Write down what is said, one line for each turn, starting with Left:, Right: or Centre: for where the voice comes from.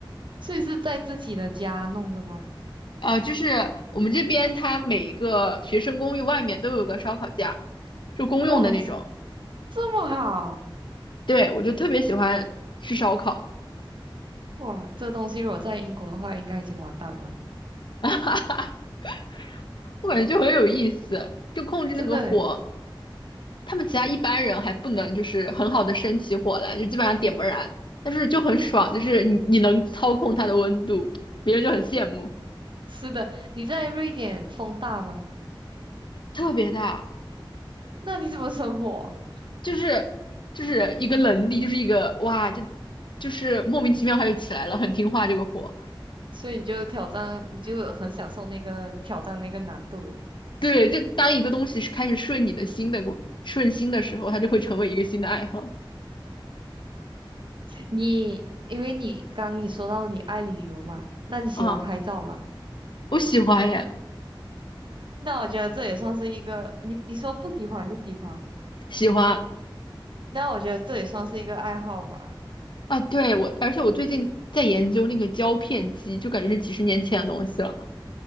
Right: 所以是在自己的家弄的吗？
Left: 啊，就是我们这边它每一个学生公寓外面都有个烧烤架，就公用的那种。
Right: 哇，这么好，
Left: 对，我就特别喜欢吃烧烤，
Right: 哇，这东西如果在英国的话，应该已经完蛋了。
Left: <laughs> 我感觉就很有意思，就控制那个火。
Right: 真的欸
Left: 他们其他一般人还不能就是很好的生起火来，就基本上点不燃，但是就很爽，就是你你能操控它的温度，别人就很羡慕，
Right: 是的，你在瑞典风大吗？
Left: 特别大，
Right: 那你怎么生活啊
Left: 就是就是一个能力，就是一个哇，就就是莫名其妙它就起来了，很听话这个火。
Right: 所以你就挑战，你就很享受那个挑战那个难度。
Left: 对，就当一个东西是开始顺你的心的过顺心的时候，它就会成为一个新的爱好
Right: 你因为你刚刚你说到你爱旅游嘛，那你喜欢拍照吗？
Left: 啊，我喜欢耶，
Right: 那我觉得这也算是一个，你你说不喜欢还是喜欢？
Left: 喜欢
Right: 那我觉得这也算是一个爱好吧。
Left: 啊，对我，而且我最近在研究那个胶片机，就感觉是几十年前的东西了。